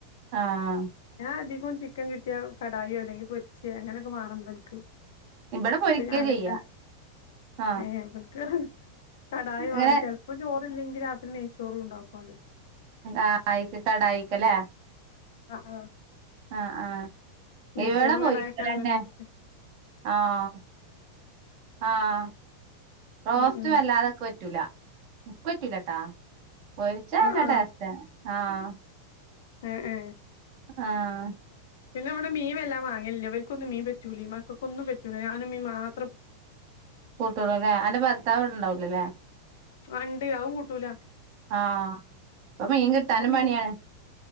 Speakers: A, on the right (about 40°); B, on the left (about 55°).
A: ആഹ്
B: ഞാൻ അധികം ചിക്കൻ കിട്ടിയാ കടായോ അല്ലെങ്കി പൊരിച്ചേ അങ്ങനെയൊക്കെ വാണം ഇബൾക്ക്
A: ഇവിടെ പൊരിക്ക
B: ഇപ്പൊ ഞാൻ
A: ചെയ്യാ
B: തെന്നെ
A: ആഹ്
B: ഏ ഇബൾക്ക് കടയിവാണം
A: ഇങ്ങനെ
B: ചിലപ്പോം ചോറല്ലെങ്കിൽ രാത്രി നെയ്ച്ചോറും ഉണ്ടാക്കുവാണ്
A: ആഹ് ആയിക്ക് കടായിക്കല്ലേ
B: ആഹ് ആ
A: ആഹ് ആഹ്
B: നെയ്ച്ചോറും
A: ഇവിടെ പൊരിക്കലന്നെ
B: കടായി ഒക്കെ നല്ല ടേസ്റ്റ
A: ആഹ് ആഹ് റോസ്റ്റും
B: ഉം ഉം
A: വല്ലാതൊക്കെ പറ്റൂല ഉക്കറ്റിലട്ടാ പൊരിച്ചാല്ലാടസ്ഥ
B: ആഹ്
A: ആഹ്
B: ആഹ് ആഹ്
A: ആഹ്
B: പിന്നെ വിടെ മീൻ വല്ലാം വാങ്ങലില്ല അവർൊന്നും മീൻ പറ്റൂല മക്കൊന്നും പറ്റൂല ഞാനും മമീം മാത്രം
A: കൂട്ടളൂ അല്ലേ അൻ്ന്റെ ഭർത്താവ് ഇവിടുണ്ടാവൂല്ല ല്ലേ
B: ഉണ്ട് അഉം കൂട്ടൂല
A: ആഹ് പ്പമീൻ കിട്ടാനും
B: അത് മീൻ
A: പണിയാണ്